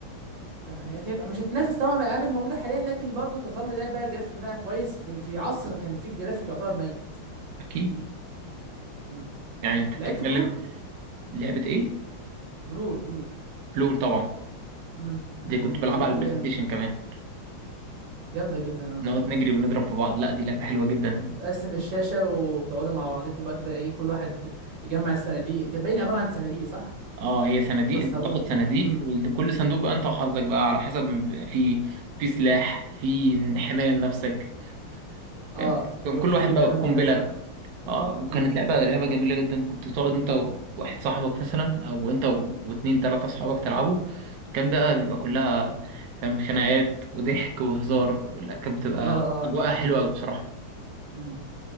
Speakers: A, on the right; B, on the right.
A: فهي كانت مش هتنافس طبعا الالعاب الموجوده حاليا لكن برضو تظل لعبه الجرافيك بتاعها كويس في, في عصر كان فيه الجرافيك يعتبر ميت
B: اكيد
A: امم
B: يعني انت
A: لعبت
B: بتتكلم
A: بلور
B: لعبة ايه؟
A: بلور بلور
B: بلور طبعا
A: امم يعني
B: دي كنت بلعبها
A: بلور
B: على
A: دي
B: البلاي
A: من
B: ستيشن كمان
A: جامده جدا اه
B: نقعد نجري ونضرب في بعض لا دي لعبة حلوة جدا
A: تقسم الشاشه وتقعدوا مع بعضكم بقى كده يجي كل واحد يجمع الصناديق كانت باينه عباره عن صناديق صح
B: اه هي صناديق
A: كسروها
B: انت بتاخد
A: كده
B: صناديق
A: امم
B: وكل صندوق بقى انت وحظك بقى على حسب ما بيبقى في في سلاح في حماية لنفسك فاهم
A: اه
B: كان
A: وهيل
B: كل واحد
A: وكلام
B: بقى قنبلة
A: من ده صح
B: اه وكانت
A: امم
B: لعبة لعبة جميلة جدا كنت تقعد انت وواحد صاحبك مثلا او انت و- واتنين تلاتة صحابك تلعبوا كان بقى بيبقى كلها فاهم خناقات وضحك وهزار لا كانت بتبقى
A: اه اه
B: اجواءها حلوة أوي بصراحة
A: امم